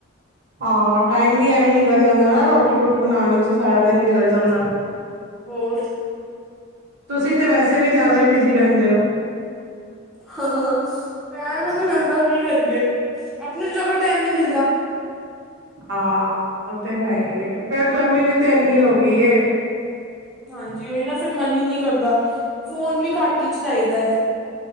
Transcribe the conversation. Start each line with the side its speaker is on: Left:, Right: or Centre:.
Right: ਹਾਂ, ਟਾਈਮ ਵੀ ਐਵੇਂ ਨਿਕਲ ਜਾਂਦਾ ਨਾ ਰੋਟੀ-ਰੂਟੀ ਬਣਾਣ ਚ ਈ ਸਾਰਾ ਦਿਨ ਨਿਕਲ ਜਾਂਦਾ।
Centre: ਹੋਰ
Right: ਤੁਸੀਂ ਤੇ ਵੈਸੇ ਵੀ ਜਿਆਦਾ ਹੀ ਬਿਜ਼ੀ ਰੈੰਦੇ ਓ।
Centre: ਟੈਮ ਈ ਨੀ ਮਿਲਦਾ ਕੀ ਕਰੀਏ ਆਪਣੀ ਜਗ੍ਹਾ ਟੈਮ ਨੀ ਮਿਲਦਾ।
Right: ਹਾਂ, ਓ ਤੇ ਹੈ ਈ ਏ। ਫੇਰ ਗਰਮੀ ਵੀ ਤੇ ਇੰਨੀ ਹੋ ਗੀ ਏ।
Centre: ਹਾਂਜੀ, ਉਈ ਨਾ। ਫਿਰ ਮਨ ਈ ਨੀ ਕਰਦਾ। ਫੋਨ ਵੀ ਘੱਟ ਈ ਚਲਾਈਦੈ।